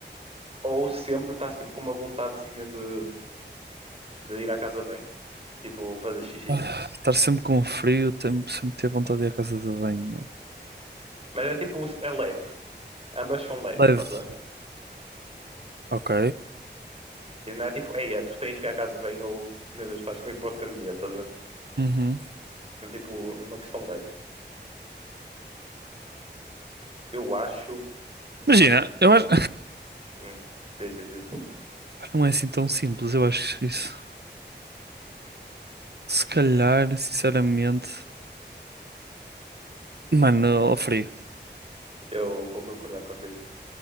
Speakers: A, on the right; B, on the right.
A: ou sempre estás tipo com uma vontadezinha de, de ir à casa bem? Tipo, fazer xixi.
B: Ah, estar sempre com frio, tem- sempre ter vontade de ir à casa de banho.
A: Mas é tipo, é leve. Ambas são leves,
B: Leve.
A: estás a ver?
B: Ok.
A: Tipo, Não é tipo, eia, tu tens que ir à casa bem ou, meu Deus, estás com hipotermia, estás a ver?
B: Uhum.
A: É tipo, é uma questão leve. Eu acho.
B: Imagina, eu acho.
A: Hum, diz, diz, diz.
B: Pá, Não é assim tão simples, eu acho isso. Se calhar, sinceramente, mano, ao frio.
A: Eu vou concordar contigo.